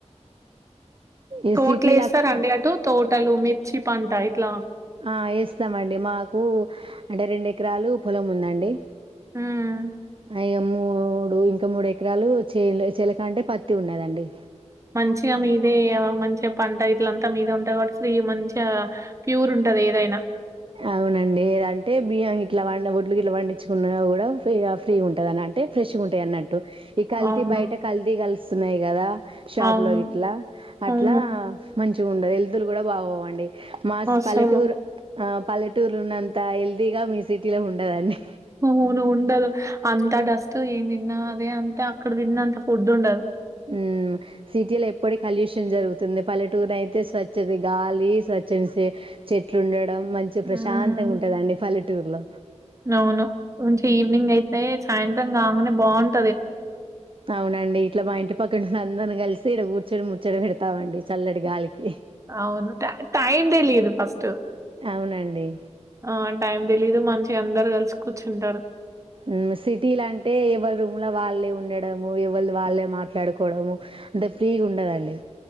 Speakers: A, on the right; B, on the right.
A: ఏ
B: తోటలు
A: సిటీలాక్
B: వేస్తారండి అటు తోటలు మిర్చి పంట ఇట్లా
A: ఆ ఎస్స్తామండి మాకు అంటే రెండె కరాలు పొలం ఉందండి
B: మ్మ్
A: అయ మూడు ఇంకా మూడు ఎకరాలు చెన్ల చెలక అంటే పత్తి ఉన్నాదండి
B: మంచిగా మీదే మంచి చె పంట ఇట్లంతా మీద ఉంటయి కాట్టి స్త్రీ మంచ ప్యూర్ ఉంటది ఏదైనా
A: అవునండి ఇదంటే బియ్యం ఇట్లా ఒడ్లు గిట్లా పండించుకున్న కూడా ఫ్రీగా ఫ్రీ ఉంటదనంటే ఫ్రెష్ గుంటాయి అన్నట్టు ఈ కల్తీ
B: అవును
A: బయట కల్తి కలి సున్నయ్ కదా షాపు
B: అవును
A: లో ఇట్లా అట్లా
B: అవును
A: మంచిగా ఉండదు హెల్త్ లు కూడా బాగోవండి మాస్
B: అసలు
A: పల్లెటూరు ఆ పల్లెటూరులు ఉన్నంత హెల్దీగా మీ సిటీలో ఉండదండి
B: వును ఉండదు అంత డస్ట్ ఏం తిన్నా అదే అంత అక్కడ తిన్న అంత ఫుడ్ ఉండదు
A: ఉ సిటీలో ఎప్పుడ కలుష్యం జరుగు తుంది పల్లెటూరునైతే స్వచ్ఛత గాలి స్వచ్ఛని సే చెట్లు ఉండడం మంచి ప్రశాంతంగా
B: మ్మ్
A: ఉంటదండి పల్లెట్ టూర్ల
B: అవును నుంచి ఈవినింగ్ అయితే సాయంత్రం కాంగనే బాన్
A: అవునండి ఇట్లా మా ఇంటి పక్కన అందర్నీ కలిసి సీ ఈడ కూర్చొని ముచ్చట పెడతామండి చల్లటి గాలికి.
B: అవును టై టైం తెలీదు ఫస్ట్
A: అవునండి.
B: ఆ టైం తెలీదు మంచిగా అందరు కలుసు కూచ్చుంటారు
A: మ్మ్ సిటీలా అంటే ఏవల్ రూమ్ లో వాళ్ళే ఉండడము ఎవల్ వాళ్ళే మాట్లాడుకోవడము అంటే ఫ్రీగుండదండి